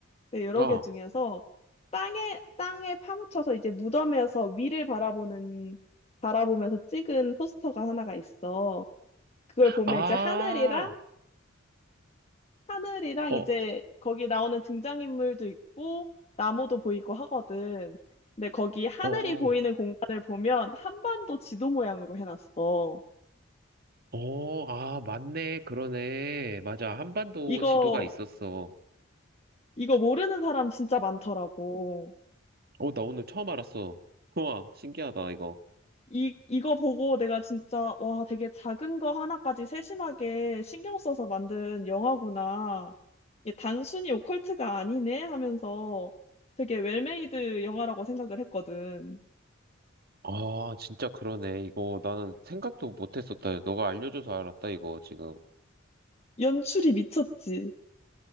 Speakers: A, on the left; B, on the right.
A: 네, 여러
B: 어.
A: 개 중에서 땅에, 땅에 파묻혀서 이제 무덤에서 위를 바라보는, 바라보면서 찍은 포스터가 하나가 있어. 그걸 보면
B: 아,
A: 이제 하늘이랑, 하늘이랑
B: 어,
A: 이제 거기 나오는 등장인물도 있고, 나무도 보이고 하거든. 근데 거기 하늘이
B: 어,
A: 보이는 공간을 보면 한반도 지도 모양으로 해놨어.
B: 어, 아, 맞네. 그러네. 맞아. 한반도
A: 이거,
B: 지도가 있었어.
A: 이거 모르는 사람 진짜 많더라고.
B: 어, 나 오늘 처음 알았어. 우와, 신기하다, 이거.
A: 이, 이거 보고 내가 진짜, 와, 되게 작은 거 하나까지 세심하게 신경 써서 만든 영화구나. 이게 단순히 오컬트가 아니네 하면서 되게 웰메이드 영화라고 생각을 했거든.
B: 아, 진짜 그러네. 이거 나는 생각도 못 했었다. 너가 알려줘서 알았다, 이거 지금.
A: 연출이 미쳤지.